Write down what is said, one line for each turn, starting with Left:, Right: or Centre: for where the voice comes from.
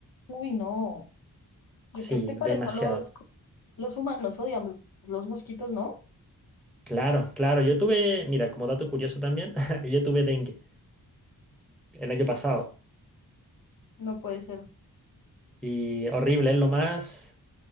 Left: Uy, no. Yo
Centre: Sí,
Left: creo que
Centre: demasiado.
Left: por eso los, los humanos odiamos los mosquitos, ¿no?
Centre: Claro, claro. Yo tuve, mira, como dato curioso también, <laughs> yo tuve dengue el año pasado
Left: No puede ser.
Centre: y horrible, es lo más